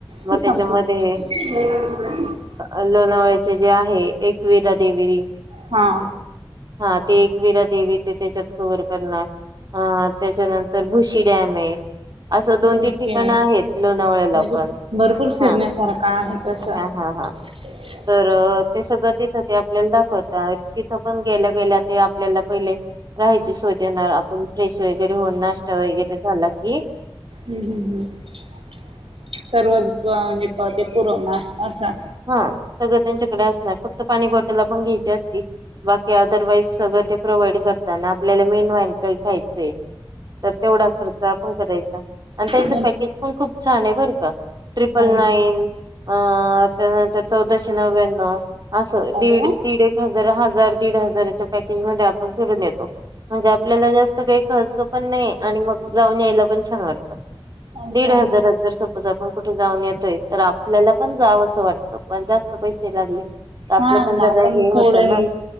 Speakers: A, on the right (about 50°); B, on the right (about 85°).
A: मग
B: ते संपलं
A: त्याच्यामध्येकोण
B: <inaudible>
A: अ लोणावळचे जे आहे एकवीरा देवी
B: हा
A: हा ते एकविरा देवी ते त्याच्यात कवर करणार ह त्याच्यानंतर भुशी डॅम आहे असं दोन
B: ओके
A: तीन ठिकाण आहेत लोणावळ्याला
B: म्हणजे
A: पण
B: भरपूर फिरण्यासारखं
A: हा
B: आहे तसं.
A: हा ह हां
B: <inaudible>
A: तर ते सगळं तिथं ते आपल्याला दाखवत तिथं पण गेल्या गेल्या ते आपल्याला पहिले राहायची सोयध येणार आपण फ्रेश वगैरे होऊन नाश्ता वगैरे झाला की
B: हम् हम् हम् सर्व म्हजे पावते पुरवना असा
A: हा सगळं त्यांच्याकडे असणार फक्त पाणी बॉटल पण घ्यायची असती बाकी अदरवाईज सगळं ते प्रोव्हाइड करताना आपल्याला मेन वन काही खायचंय तर तेवढा खर्च आपण करायचा आणि त्यांच
B: मग
A: पॅकेज पण खूप छान आहे बरं का ट्रिपल
B: हो
A: नाईन अ त्यानंतर चौदाशे नव्याण्णव असं
B: अरे
A: दीड
B: वा
A: दीड एक हजार हजार दीड हजाराच्या पॅकेज मध्ये आपण फरून येतो म्हणजे आपल्याला जास्त काही खर्च पण नाही आणि मग गाऊन यायला पण छान वाटतं
B: असं
A: दीड हजारात जर सपोज आपण कुठे जाऊन येतोय तर आपल्याला पण जाव असं वाटत पण जास्त पैसे लागले तर
B: हा
A: आपलं पण
B: ना
A: जरा
B: आपण
A: हे
B: थोडं
A: होत
B: हे
A: ना